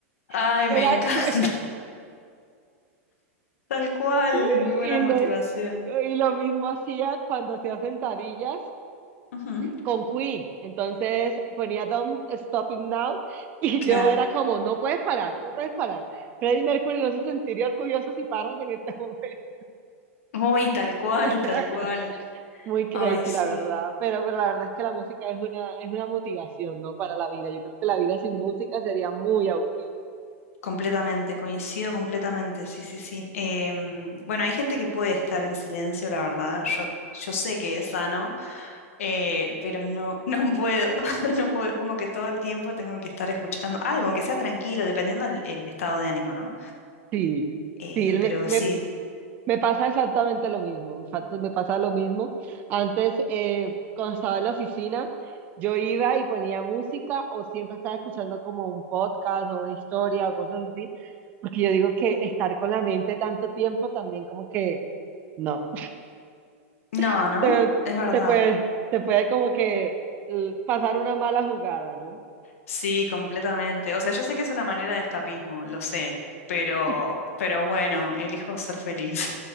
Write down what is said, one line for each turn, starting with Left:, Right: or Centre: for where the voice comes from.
Left: Ay,
Right: <laughs> Era
Left: me encanta.
Right: como-
Left: Tal cual,
Right: <laughs>
Left: muy buena
Right: y
Left: motivación.
Right: lo, y lo mismo hacía cuando hacía sentadillas
Left: Ujú,
Right: con Queen. Entonces ponía Don't Stop It Now <laughs> y yo
Left: Claro.
Right: era como, no puedes parar, no puedes parar. Freddie Mercury no se sentiría orgulloso si paras en este momento.
Left: Uy, tal cual,
Right: <laughs>
Left: tal cual.
Right: Muy crazy,
Left: Ay, sí.
Right: la verdad. Pero, pero la verdad es que la música es una, es una motivación, ¿no? Para la vida. Yo creo que la vida sin música sería muy aburrida.
Left: Completamente, coincido completamente, sí, sí, sí. Em, bueno, hay gente que puede estar en silencio, la verdad. Yo, yo sé que es sano, eh, pero no, <laughs> no puedo. <laughs> No puedo. Es como que todo el tiempo tengo que estar escuchando algo, aunque sea tranquilo, dependiendo del el estado de ánimo, ¿no?
Right: Sí,
Left: Eh,
Right: sí, me,
Left: pero
Right: me
Left: sí.
Right: Me pasa exactamente lo mismo, me fa- me pasa lo mismo. Antes, eh, cuando estaba en la oficina, yo iba y ponía música o siempre estaba escuchando como un podcast o una historia o cosas así, porque yo digo que estar con la mente tanto tiempo también como que no,
Left: No,
Right: <laughs>
Left: ¿no?
Right: te,
Left: Es verdad.
Right: te puede, te puede como que eh, pasar una mala jugada, ¿no?
Left: Sí, completamente. O sea, yo sé que es una manera de escapismo, lo sé, pero,
Right: <laughs>
Left: pero bueno, elijo ser feliz.